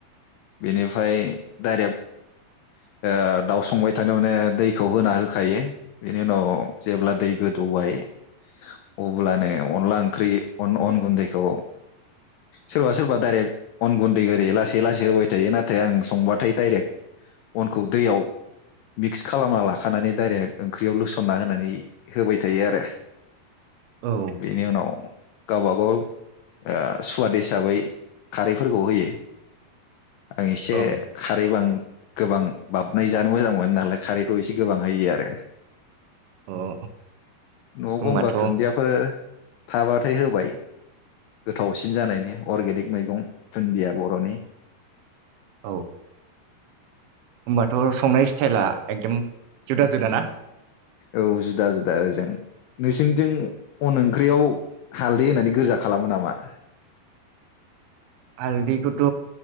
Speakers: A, on the left; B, on the right.
A: बेनिफ्राय डाइरेक्ट ओ दाउ संबाय थारमाने दैखौ होना होखायो बेनि उनाव जेब्ला दै गोदौबाय अब्लानो अनला ओंख्रि अन अन गुन्दैखौ सोरबा सोरबा दाइरेक्ट अन गुन्दै ओरै लासै लासै होबाय थायो नाथाय आं संबाथाय डाइरेक्ट अनखौ दैयाव मिक्स खालामना लाखानानै डाइरेक्ट ओंख्रियाव लुसनना होनानै होबाय थायो आरो।
B: औ
A: बेनि उनाव गावबागाव ओ सुवाद हिसाबै खारैफोरखौ होयो। आं एसे
B: औ
A: खारैबां गोबां बाबनाय जानो मोजां मोनो नालाय खारैखौ एसे गोबां होयो आरो।
B: औ
A: न'आव
B: होमबाथ'
A: गंगार
B: औ
A: दुन्दियाफोर थाबाथाय होबाय गोथावसिन जानायनि अरगेनिक मैगं दुन्दिया बर'नि।
B: औ होमबाथ संनाय स्टाइला एकदम जुदा जुदा ना
A: औ जुदा जुदाजेन नोंसोरनिथिं अन ओंख्रियाव हालदै होननानै गोरजा खालामो नामा
B: हालदैखौथ'